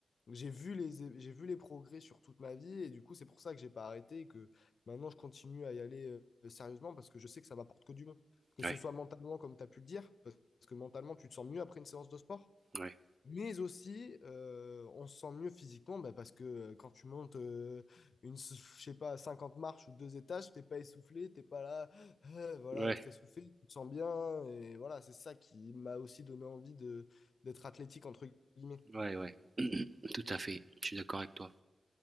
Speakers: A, on the left (about 65°); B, on the right (about 35°).
A: j'ai vu les, j'ai vu les progrès sur toute ma vie. Et du coup, c'est pour ça que j'ai pas arrêté et que maintenant, je continue à y aller euh, sérieusement parce que je sais que ça m'apporte que du bon. Que
B: ouais,
A: ce soit mentalement, comme tu as pu le dire, parce que mentalement, tu te sens mieux après une séance de sport.
B: ouais,
A: Mais aussi, euh, on se sent mieux physiquement bah, parce que euh, quand tu montes euh, une, s- je sais pas, 50 marches ou deux étages, t'es pas essoufflé, t'es pas là, euh, voilà,
B: ouais,
A: être essoufflé, tu te sens bien. Et voilà, c'est ça qui m'a aussi donné envie de d'être athlétique, entre guillemets.
B: ouais, ouais. <clears throat> Tout à fait, je suis d'accord avec toi.